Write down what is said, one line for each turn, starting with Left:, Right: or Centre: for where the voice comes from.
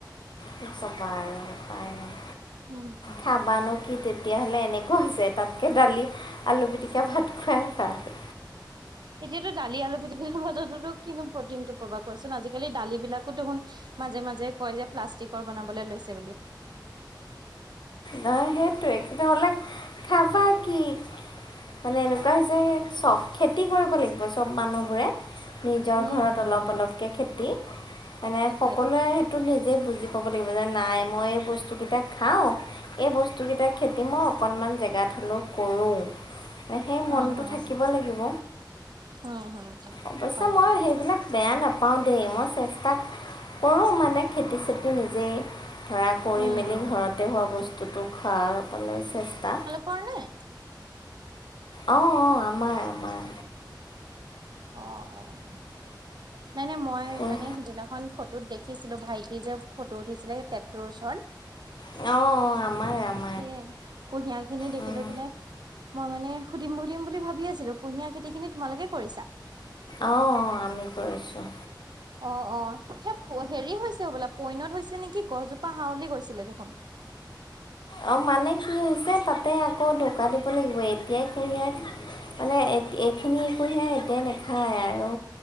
Left: কি ক'বা আৰু উপাই নাই
Right: উম, উম।
Left: খাবানো কি তেত তেতিয়াহ'লে এনেকুৱা হৈছে তাতকে দালি, আলু পিটিকা, ভাত খোৱাই ভাল।
Right: এতিয়াতো দালি, আলু পিটিকি খোৱাটোটো কিনো প্ৰটিনটো পাবা কোৱাচোন আজিকালি দালি বিলাকো দেখোন মাজে- মাজে কয় যে প্লাষ্টিকৰ বনাবলৈ লৈছে বুলি।
Left: নহয় সেইটোৱে <unintelligible> হ'লে খাবা কি মানে এনেকুৱা হৈছে চব খেতি কৰিব লাগিব চব মানুহবোৰে। নিজৰ
Right: উম,
Left: ঘৰত
Right: উম,
Left: অলপ- অলপকে খেতি মানে
Right: তাকে
Left: সকলোৱে
Right: তাকে।
Left: সেইটো নিজেই বুজি ক'ব লাগিব যে নাই মই এই বস্তুকেইটা খাওঁ এই বস্তুকেইটা খেতি মই অকণমান জেগাত হলোঁ কৰোঁ। এ সেই
Right: উম,
Left: মনটো
Right: হুম,
Left: থাকিব
Right: হুম,
Left: লাগিব
Right: উম, হুম, হুম,
Left: অৱশ্যে
Right: হয়
Left: মই
Right: হয়।
Left: সেইবিলাক বেয়া নাপাওঁ দেই মই চেষ্টা কৰোঁ মানে খেতি- চেতি নিজেই ধৰা কৰি
Right: উম,
Left: মেলি ঘৰতে হোৱা বস্তুটো খোৱাবলৈ চেষ্টা
Right: কৰনে
Left: অ', অ', আমাৰ- আমাৰ।
Right: অ', অ', অ', নাই- নাই মই
Left: অঁ
Right: মানে সিদিনাখন ফট টোত দেখিছিলোঁ ভাইটি যে ফটো উঠিছিলে সেই টেপটোৰ ওচৰত
Left: অ', অ', আমাৰ- আমাৰ।
Right: সেয়ে কুঁহিয়াৰ খিনি দেখি
Left: অঁ
Right: লৈ পেলাই মই মানে সুধিম -সুধিম বুলি ভাবি আছিলোঁ কুঁহিয়াৰ খেতি খিনি তোমালোকে কৰিছা।
Left: অ', অ', আমি কৰিছোঁ।
Right: অ', অ', সেই হেৰি হৈছে হবলা পইনত হৈছে নেকি গছজোপা হাউলি গৈছিলে দেখোন?
Left: অ, মানে কি হৈছে তাতে আকৌ দকা দিব লাগিব এতিয়াই কুহিয়াই মানে এত এইখিনি কুঁহিয়াৰ এতিয়া নেখায় আৰু।